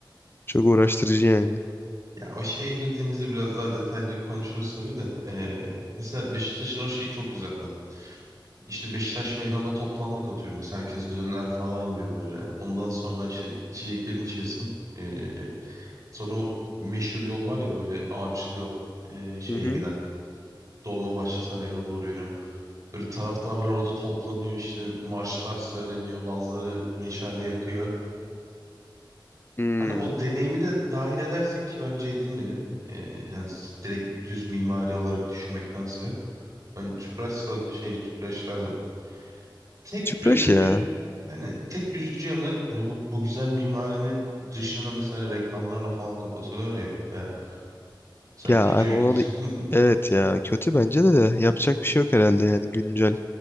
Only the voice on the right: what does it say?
Ya o şeye girdiğimizde biraz daha detaylı konuşuruz tabii de. Eee, mesela Beşiktaş'ın o şeyi çok güzeldi. İşte Beşiktaş meydanda toplandık atıyorum. Mesela herkes döner falan yiyor böyle. Ondan sonra işte içeceklerini içiyorsun. Ee, sonra o meşhur yol var ya böyle ağaçlı yol. Ee, şeye
giden. Dolmabahçe Sarayı'na doğru yürüyen. Böyle taraftarlar orada toplanıyor işte. Marşlar söyleniyor. Bazıları meşale yakıyor.
Hani o deneyimi de dahil edersek ki bence edilmeli. Ee, hani s- direkt düz mimari olarak düşünmektense. Ben tüpraş sa- şey tüpraş derdim. Tek
üzüldü
yani tek üzücü yanı hani bu bu güzel mimarinin dışını mesela reklamlarla falan kapatıyorlar ya baya sanki
tükürük.
<laughs>